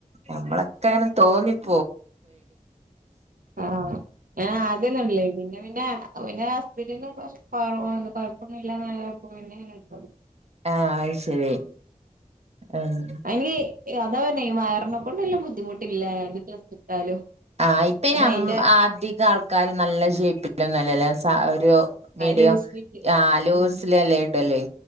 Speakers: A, on the right; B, on the right.
A: നമ്മള <unintelligible>
B: ആ ഞാനാദ്യന്നൊടല്ലേനി പിന്നെ പിന്നെ ഹസ്ബൻഡിനും കൊഴപ്പൊന്നും ഇല്ലന്ന <unintelligible>
A: ആ ആയ് ശരി ആഹ്
B: അയ്ങ്കി അതാ പറന്നെ ഈ വയറിനെ കൊണ്ട് ല്ല ബുദ്ധിമുട്ടില്ല ഇട്ടാലും
A: ആ ഇപ്പ ഇനി
B: അതാ
A: അം
B: അയിന്റെ
A: അധികാൾക്കാര് നല്ല ഷേപ്പില്ലൊന്നല്ലല്ലോ സാ ഒരു മീഡിയം
B: ലൂസ് ഫിറ്റ്
A: ആലൂസിലല്ലേടല്
B: ഉം